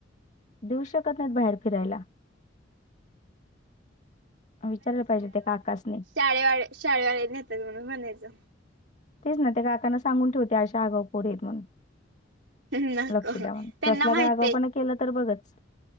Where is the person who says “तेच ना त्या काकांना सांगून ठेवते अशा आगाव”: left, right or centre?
Left